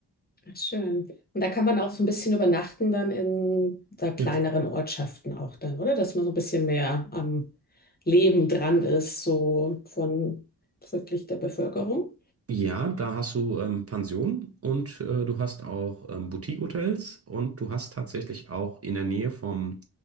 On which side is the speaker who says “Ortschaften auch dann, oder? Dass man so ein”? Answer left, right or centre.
Left